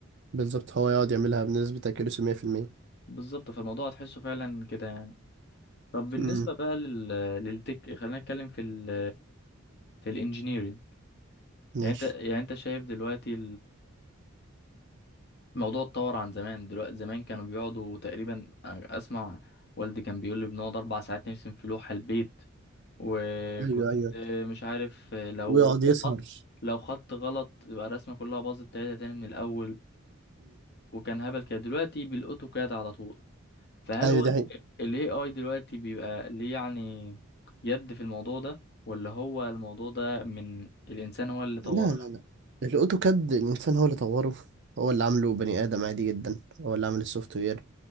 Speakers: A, on the right; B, on the left.
A: بالظبط هو يقعد يعملها بنسبة accuracy 100%
B: بالظبط فالموضوع هتحسه فعلا كده يعني طب بالنسبه
A: امم
B: بقى لل للتك خلينا نتكلم في ال في الانجينيرينج
A: ماشي
B: يعني انت يعني انت شايف دلوقتي الموضوع اتطور عن زمان دلوقتي زمان كانوا بيقعدوا تقريبا اسمع والدي كان بيقول لي بنقعد اربع ساعات نرسم في لوحة البيت وكنت
A: ايوه ايوه
B: مش عارف لو
A: ويقعد يسهر
B: خط لو خط غلط يبقى الرسمة كلها باظت تلاته تاني من الاول وكان هبل كده دلوقتي بالاوتوكاد على طول فهل
A: ايوه
B: هو
A: دي حقيقة
B: ال AI دلوقتي بيبقى ليه يعني يد في الموضوع ده ولا هو الموضوع ده من الانسان هو اللي طوره
A: لا لا
B: يعني؟
A: لا الاوتوكاد الانسان هو اللي طوره هو اللي عامله بني ادم عادي جدا هو اللي عامل السوفت وير